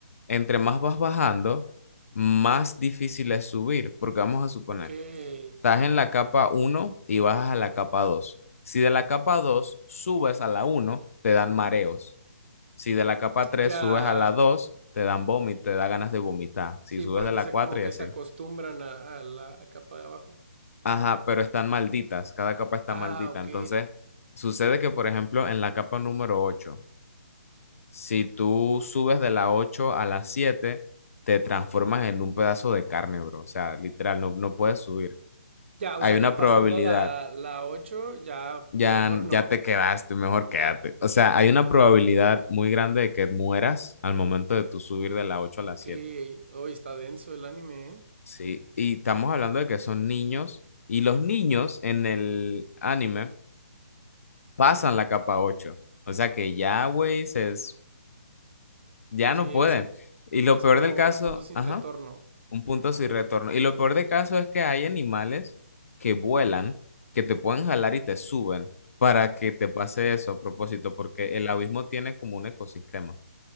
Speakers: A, on the left; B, on the right.
A: entre más vas bajando, más difícil es subir, porque vamos a suponer,
B: ok.
A: estás en la capa uno y bajas a la capa 2. Si de la capa 2 subes a la uno te dan mareos. Si de la capa tres
B: Ya.
A: subes a la 2 te dan vómito, te da ganas de vomitar. Si
B: Sí,
A: subes
B: porque
A: de la
B: se,
A: 4
B: como
A: y
B: que
A: así.
B: se acostumbran a, a la capa de abajo.
A: Ajá, pero están malditas, cada capa está
B: Ah,
A: maldita.
B: ok.
A: Entonces, sucede que, por ejemplo, en la capa número 8, si tú subes de la 8 a la 7, te transformas en un pedazo de carne, bro. O sea, literal, no, no puedes subir.
B: Ya, o
A: Hay
B: sea,
A: una
B: ya
A: probabilidad,
B: pasando la, la 8, ya
A: ya,
B: mejor no.
A: ya te quedaste, mejor quédate.
B: Ya.
A: O sea, hay una probabilidad muy grande de que mueras al momento de tú subir de la 8
B: Ok.
A: a la 7.
B: Hoy está denso el anime, ¿eh?
A: Sí, y estamos hablando de que son niños, y los niños en el anime pasan la capa ocho, O sea que ya, güey, se es- ya
B: Sí,
A: no pueden.
B: es,
A: Y lo
B: es
A: peor
B: como
A: del caso,
B: un punto sin
A: ajá,
B: retorno.
A: un punto sin retorno. Y lo peor del caso es que hay animales que vuelan, que te pueden jalar y te suben para que te pase eso a propósito, porque el abismo tiene como un ecosistema.